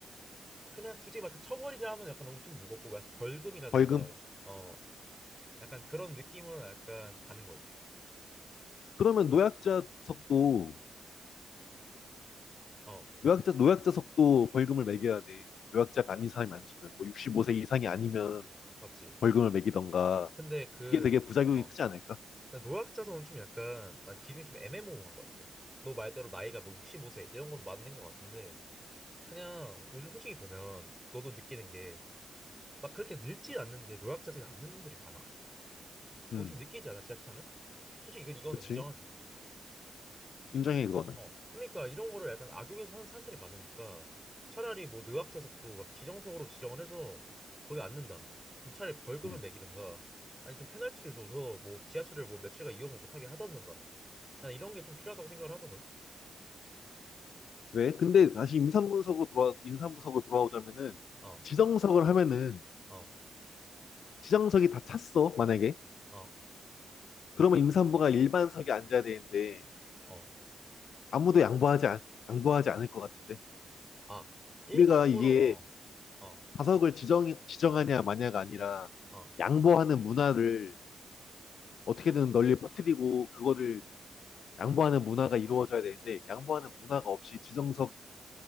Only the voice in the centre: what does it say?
그냥 굳이 막 처벌이라 하면 약간 너무 좀 무겁고 막 벌금이라든가
어 약간 그런 느낌으로 약간 가는 거지
어
맞지
근데 그어
노약자성은 좀 약간 난 기준이 좀 애매모호한 것 같아 너 말대로 나이가 뭐 65세 이런 건 맞는 것 같은데 그냥 요즘 솔직히 보면 너도 느끼는 게 막 그렇게 늙진 않는데 노약자성이 않는 분들이 많아
너 좀 느끼지 않아 지하철 타면 솔직히 이건- 이거는
인정하지
어, 그러니까 이런 거를 약간 악용해서 하는 사람들이 많으니까 차라리 뭐 노약자석도 막 지정석으로 지정을 해서 거기 앉는다. 그럼 차라리 벌금을
매기든가 아니 좀 페널티를 줘서 뭐 지하철을 뭐 며칠간 이용을 못하게 하던가 난 이런 게 좀 필요하다고 생각을 하더군.
어,
어,
어,
어,
아 일반석으로
어, 어,
어.